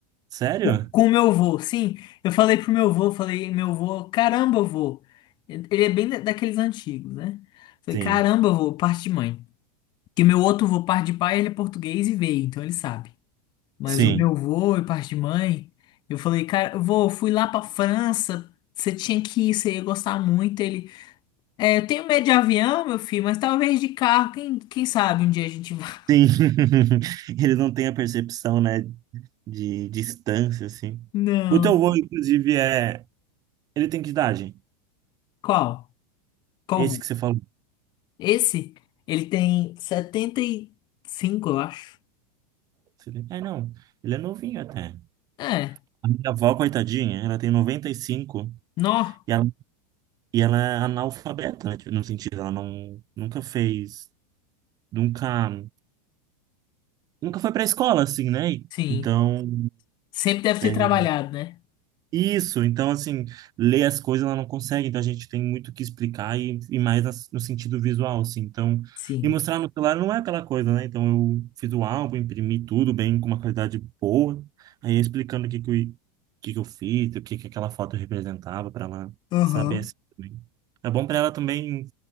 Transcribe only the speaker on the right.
Sério?
Sim,
sim,
sim.
<laughs> Ele não tem a percepção, né, de distância, assim.
O teu avô, inclusive, é. Ele tem que idade?
Esse que você falou?
Ele- É, não. Ele é novinho até.
A minha avó, coitadinha, ela tem 95 e cinco
e ela, e ela é analfabeta, né? Tipo, No sentido, ela não, nunca fez, nunca, nunca foi pra escola, assim, né?
Então,
é,
Isso, então assim, ler as coisas ela não consegue, então a gente tem muito o que explicar e, e mais nas- no sentido visual, assim. Então,
e mostrar no celular não é aquela coisa, né? Então eu fiz o álbum, imprimi tudo bem, com uma qualidade boa, aí explicando o que que eu, o que que eu fiz, o que que aquela foto representava para ela
saber assim também. É bom para ela também